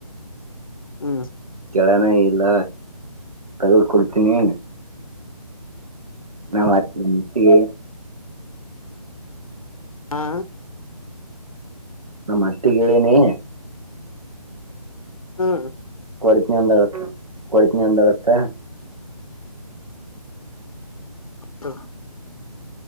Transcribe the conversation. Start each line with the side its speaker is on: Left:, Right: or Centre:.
Left: ಹ್ಮ
Right: ಕೇಳನ ಇಲ್ಲ ತಗದಕೊಡ್ತೀನಿ ನಮ್ಮ ಅತ್ತಿ
Left: ಹಾ
Right: ನಮತ್ತಿಗೆಳಿನಿ
Left: ಹ್ಮ್
Right: ಕೊಡತನಿ ಅಂದಾಳತ ಕೊಡತನಿ ಅಂದಾಳತ
Left: ಹತ್ತ